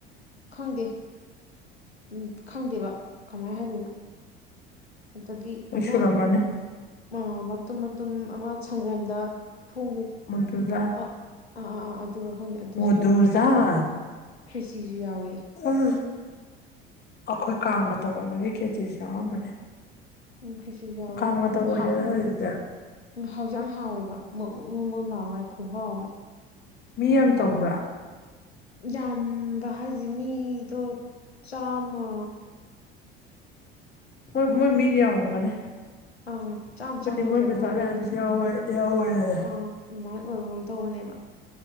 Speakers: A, on the left; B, on the left.
A: ꯈꯪꯗꯦ ꯎꯝ ꯈꯪꯗꯦꯕ ꯀꯃꯥꯏꯅ ꯍꯥꯏꯗꯣꯏꯅꯣ ꯑꯗꯒꯤ
B: ꯂꯣꯏ
A: ꯑꯃ
B: ꯁꯨꯔꯝꯃꯅꯤ
A: ꯑꯥ ꯃꯇꯨꯝ ꯃꯇꯨꯝ ꯑꯃ ꯁꯪꯒꯣꯝꯗ ꯊꯣꯡꯕꯤ
B: ꯑꯗꯨꯗ
A: ꯑ ꯑꯥ ꯑꯥ ꯑꯥ ꯑꯗꯨꯔ ꯑꯗꯨꯁꯨ
B: ꯃꯣꯗꯨꯖꯥꯟ
A: ꯌꯥꯎꯔꯦ ꯈ꯭ꯔꯦꯆꯤꯁꯨ ꯌꯥꯎꯏ
B: ꯎꯝ ꯑꯩꯈꯣꯏ ꯀꯥꯡ ꯃꯇꯝ ꯑꯣꯏꯕꯒꯤ ꯈ꯭ꯔꯦꯆꯤꯁꯨ ꯌꯥꯎꯔꯝꯃꯅꯤ
A: ꯎꯝ ꯈ꯭ꯔꯤꯁꯤꯁꯨ ꯌꯥꯎꯋꯦ
B: ꯀꯥꯡ ꯃꯇꯝ ꯑꯣꯏꯔꯦꯗꯅ
A: ꯍꯥꯎ
B: ꯍꯧꯖꯤꯛꯇꯤ
A: ꯎꯝ ꯍꯥꯎꯖꯨ ꯌꯥꯝ ꯍꯥꯎꯋꯦꯕ ꯃꯣꯟ ꯃꯣꯟ ꯂꯥꯎꯔꯒꯅꯦ ꯈꯨꯍꯥꯎ ꯑꯃ
B: ꯃꯤ ꯌꯥꯝ ꯇꯧꯕ꯭ꯔꯥ
A: ꯌꯥꯝꯕ ꯍꯥꯏꯁꯦ ꯃꯤꯗꯣ ꯆꯥꯝꯃ
B: ꯃꯣꯏ ꯃꯣꯏ ꯃꯤ ꯌꯥꯝꯃꯝꯒꯅꯤ
A: ꯑꯥ ꯆꯥꯝꯃ
B: ꯃꯣꯏꯗꯤ
A: ꯆꯥꯝꯃ ꯌꯥꯡꯈꯩ
B: ꯃꯣꯏ
A: ꯑꯗꯨꯃꯥꯏꯅ
B: ꯃꯆꯥ ꯃꯌꯥꯝꯁꯨ
A: ꯑꯣꯏ
B: ꯌꯥꯎꯕꯅꯤꯅꯅꯦ
A: ꯑꯥ ꯑꯗꯨꯃꯥꯏꯅ ꯑꯣꯏꯕꯒꯨꯝ ꯇꯧꯕꯅꯦꯕ